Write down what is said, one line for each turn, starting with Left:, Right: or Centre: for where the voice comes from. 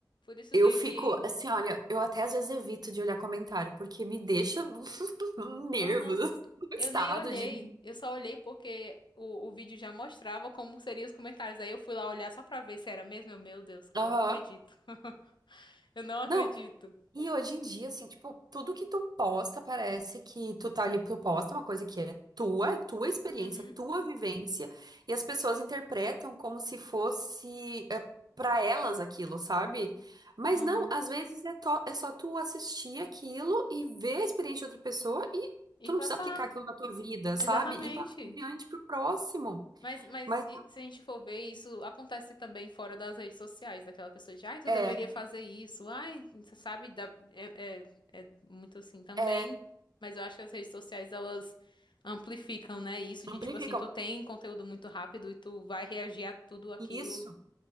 Left: por isso
Right: eu
Left: que,
Right: fico
Left: que...
Right: assim, olha, eu até às vezes evito de olhar comentário, porque me deixa <laughs> nervos,
Left: Aham.
Right: <laughs> estado
Left: Eu nem olhei,
Right: de...
Left: eu só olhei porque o, o vídeo já mostrava como seriam os comentários. Aí eu fui lá olhar só pra ver se era mesmo. Eu, meu Deus, cara,
Right: Aham.
Left: eu não acredito. <laughs> Eu não acredito.
Right: Não, E hoje em dia, assim, tipo, tudo que tu posta parece que tu tá ali, tu posta uma coisa que é tua, é tua experiência,
Left: Uhum,
Right: tua vivência, e as pessoas interpretam como se fosse é, para elas aquilo, sabe? Mas
Left: aham.
Right: não, às vezes é, to- é só tu assistir aquilo e ver a experiência de outra pessoa e
Left: E
Right: tu
Left: passar,
Right: não precisa aplicar aquilo na tua vida,
Left: exatamente.
Right: sabe? E passar adiante pro próximo.
Left: Mas, mas
Right: Mas
Left: e se a gente for ver, isso acontece também fora das redes sociais, daquela pessoa de, ai, tu
Right: é,
Left: deveria fazer isso, ai, você sabe, dá- é, é, é muito assim também,
Right: é,
Left: mas eu acho que as redes sociais, elas amplificam, né, isso de,
Right: amplificam.
Left: tipo assim, tu tem conteúdo muito rápido e tu vai reagir a tudo aquilo.
Right: Isso.